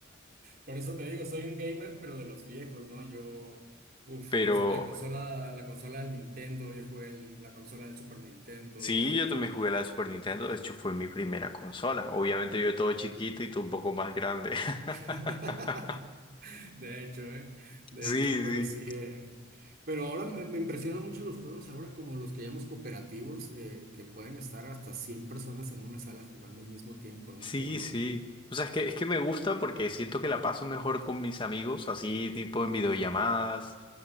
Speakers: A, on the right; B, on the left.
A: Por eso te digo, soy un gamer, pero de los viejos, ¿no? Yo, uff,
B: Pero
A: cons- la consola, la consola del Nintendo, yo jugué el- la consola del Super Nintendo.
B: sí, yo también jugué a la Super Nintendo, de hecho fue mi primera consola. Obviamente yo todo chiquito y tú un poco más grande. <laughs>
A: <laughs> De hecho, ¿eh? De
B: Sí,
A: hecho, pero
B: sí.
A: sí. eh, Pero ahora me, me impresionan mucho los juegos, ahora como los que llamamos cooperativos, eh, que pueden estar hasta 100 personas en una sala jugando al mismo tiempo, ¿no?
B: Sí,
A: ¿Qué onda?
B: sí. O sea, es que, es que me gusta porque siento que la paso mejor con mis amigos, así tipo en videollamadas